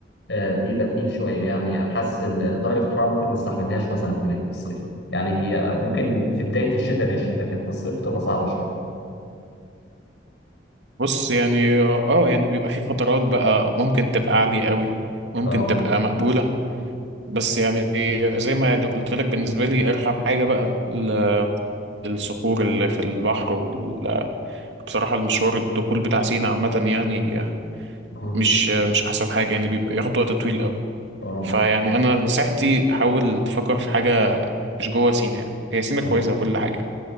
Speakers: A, on the left; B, on the right.
A: آه، بيبقى تقيل شويه يعني حاسس ان درجه الحراره ممكن ما استحملهاش مثلا هناك في الصيف يعني هي ممكن في بدايه الشتاء ماشي لكن في الصيف تبقى صعبه شويه
B: بص يعني اه يعني بيبقى في فترات بقى ممكن تبقى عالية قوي ممكن
A: اه
B: تبقى مقبولة بس يعني زي ما يعني قلت لك بالنسبة لي أرخم حاجة بقى ال- الصخور اللي في البحر وبصراحة المشوار الدخول بتاع سينا عامة يعني
A: اه
B: مش مش احسن حاجه يعني بيبقى ياخد وقت طويل قوي
A: اه
B: فيعني انا نصيحتي حاول تفكر في حاجه مش جوه سينا يعني هي سينا كويسه
A: اه
B: وكل حاجه